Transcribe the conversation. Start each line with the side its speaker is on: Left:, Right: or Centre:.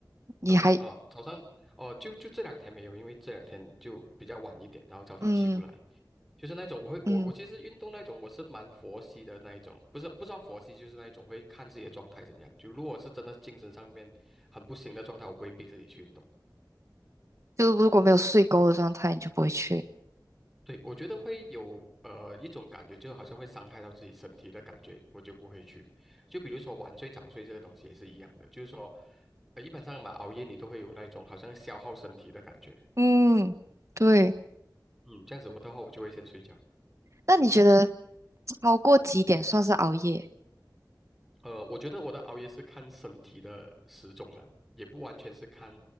Right: 你还
Centre: 早上啊、早上哦、就就这两天没有，因为这两天就比较晚一点，然后早上起不来，
Right: 嗯
Centre: 就是那种我会我我其实运动那种我是蛮佛系的那一种，
Right: 嗯，
Centre: 不是不算佛系，就是那一种会看自己的状态怎样。就如果是真的精神上面很不行的状态，我不会逼自己去运动。
Right: 就如果没有睡够的状态，你就不会去。
Centre: 对，我觉得会有呃一种感觉，就好像会伤害到自己身体的感觉，我就不会去。就比如说晚睡早睡这个东西也是一样的，就是说，呃，一般上嘛，熬夜你都会有那种好像消耗身体的感觉。
Right: 嗯，对。
Centre: 嗯，这样子我的话，我就会先睡觉。
Right: 那你觉得超过几点算是熬夜？
Centre: 呃，我觉得我的熬夜是看身体的时钟了，也不完全是看